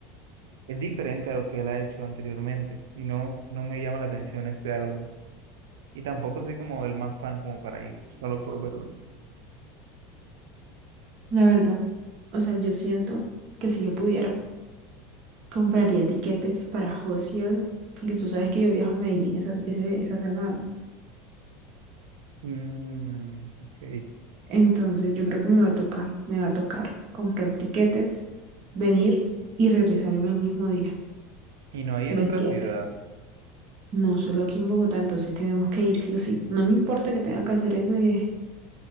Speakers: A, on the right (about 85°); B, on the right (about 55°).
A: es diferente a lo que él ha hecho anteriormente, y no, no me llama la atención este álbum. Y tampoco soy como el más fan como para ir solo por verlo.
B: la verdad, o sea, yo siento que si yo pudiera, compraría tiquetes para Hozier, porque tú sabes que yo viajo a Medellín esa, ese- esa semana.
A: Mm, ok.
B: Entonces yo creo que me va a tocar, me va a tocar comprar tiquetes, venir y regresarme el mismo día.
A: Y no hay
B: Pero
A: en otra
B: es que
A: ciudad.
B: No solo aquí en Bogotá, entonces tenemos que ir sí o sí. No me importa que tenga que hacer ese,